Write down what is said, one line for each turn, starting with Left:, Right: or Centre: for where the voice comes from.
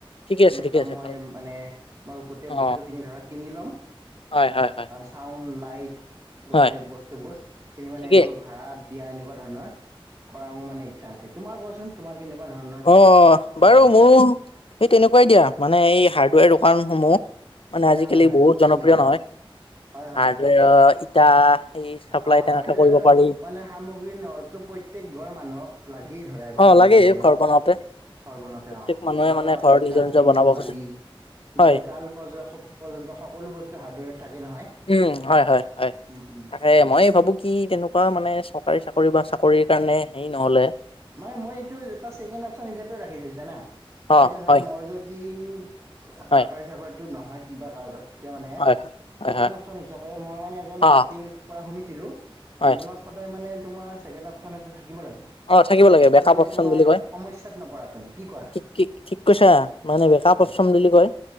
Left: ঠিকে
Right: তেনেকুৱা
Left: আছে ঠিকে আছে
Right: মই
Left: ভাল
Right: মানে, মই গোটেই
Left: অ
Right: বস্তুখিনি ধৰা কিনি ল'ম
Left: হয়, হয়, হয়৷
Right: ছাউণ্ড, লাইট গোটেই
Left: হয়
Right: বস্তুবোৰ কিনি মানে
Left: ঠিকেই
Right: সেইবোৰ ভাড়াত দিয়া এনেকুৱা ধৰণৰ কৰা মোৰ মানে ইচ্ছা আছে ৷ তোমাৰ ক'চোন তোমাৰ কেনেকুৱা ধৰণৰ
Left: অ' বাৰু
Right: ব্যৱসায়ী
Left: মোৰ সৈ তেনেকুৱাই দিয়া মানে এই হাৰ্ডৱেৰ দোকানসমূহ মানে
Right: হয়
Left: আজিকালি
Right: হয় হয়
Left: বহুত
Right: খুব
Left: জনপ্ৰিয়
Right: সুন্দৰ
Left: নহয়!
Right: হয় হয়
Left: হাৰ্ডৱেৰ ইটা, সিনি চাপ্লাই
Right: অ
Left: কেনেকৈ
Right: হাৰ্ডৱেৰৰ
Left: কৰিব পাৰি৷
Right: মানে সামগ্ৰী নটো প্ৰত্যেক ঘৰ মানুহক লাগি ধৰাই এবাৰ
Left: অ
Right: হ'লেও
Left: লাগে
Right: জীৱনত৷
Left: ঘৰ বনাওতে
Right: ঘৰ বনাওঁতে
Left: প্ৰত্যেক
Right: অ'
Left: মানুহে
Right: ৰদ,
Left: মানে ঘৰ
Right: ইটা,
Left: নিজৰ নিজৰ
Right: চিমেণ্ট,
Left: বনাব
Right: বালি,
Left: খোজে হয়
Right: গজাল কাল পৰ্যন্ত সকলো বস্তু হাৰ্ডৱেৰত থাকে নহয়
Left: উম হয়, হয়,
Right: উম উম
Left: হয়৷ মইে ভাবোঁ কি তেনেকুৱা মানে চৰকাৰী চাকৰি বা চাকৰিৰ কাৰণে হেৰি নহ'লে
Right: মানে মই এইটো এটা ছেকেণ্ড অপচন হিচাপেও ৰাখিছো জানা?
Left: হয়,
Right: মানে এতিয়া ধৰা
Left: হয়,
Right: মই যদি চৰকাৰী
Left: হয়,
Right: চাকৰিটো নহয় কিবা কাৰণত এতিয়া মানে
Left: হয়,
Right: ছেকেণ্ড
Left: হয়,
Right: অপচন হিচাপে মই মানে এজন
Left: অ',
Right: ব্যক্তিৰ পৰা শুনিছিলোঁ,
Left: হয়,
Right: জীৱনত সদায় মানে, তোমাৰ ছেকেণ্ড অপচন এটা থাকিব লাগে৷
Left: অ' থাকিব লাগে
Right: তেতিয়া
Left: বেকআপ
Right: মানে
Left: অপচন
Right: তোমাৰ
Left: বুলি কয়,
Right: সমস্যাত নপৰা তুমি কি কোৱা
Left: কি ঠিক কৈছা মানে বেকআপ
Right: হয়
Left: অপচন বুলি কয়৷